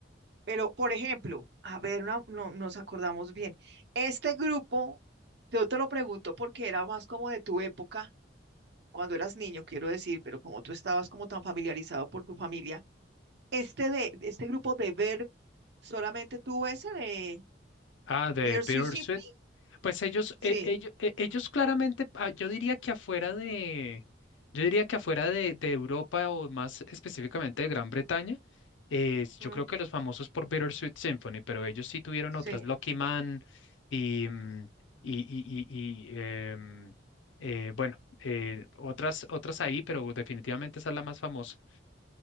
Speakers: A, on the right; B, on the left.
A: Pero, por ejemplo, a ver, no, no nos acordamos bien. Este grupo, yo te lo pregunto porque era más como de tu época, cuando eras niño, quiero decir, pero como tú estabas como tan familiarizado por tu familia, este de, este grupo de ver solamente tuvo ese de
B: Ah, de
A: Beer Sweet
B: Bittersweet.
A: Symphony,
B: Pues ellos,
A: sí,
B: ellos, ellos claramente, ah, yo diría que afuera de, yo diría que afuera de, de Europa o más específicamente de Gran Bretaña, eh, yo
A: Mm,
B: creo que los famosos por Bittersweet Symphony, pero ellos sí tuvieron
A: sí.
B: otras, Lucky Man y, mm, y, y, y- y, em, eh, bueno, eh, otras, otras ahí, pero definitivamente esa es la más famosa.